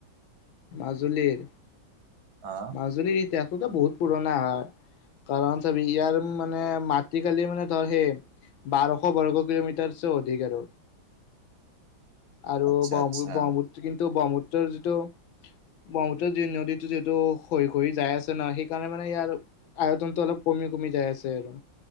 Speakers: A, on the left; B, on the right.
A: মাজুলীৰ
B: অ
A: মাজুলীৰ ইতিহাসতো বহুত পুৰণা হয়। কাৰণ চবি ইয়াৰ মানে মাটিকালি মানে ধৰা সেই বাৰশ বৰ্গ কিলোমিটাৰছে অধিক আৰু। আৰু
B: আচ্ছা
A: ব্ৰহ্ম
B: আচ্ছা
A: ব্ৰহ্মপুত্ৰ কিন্তু ব্ৰহ্মপুত্ৰ ৰ যিটো ব্ৰহ্মপুত্ৰৰ যি নদীতটো যিটো খহি খহি যাই আছে ন, সেইকাৰণে মানে ইয়াৰ আয়তনটো অলপ কমি কমি যাই আছে আৰু।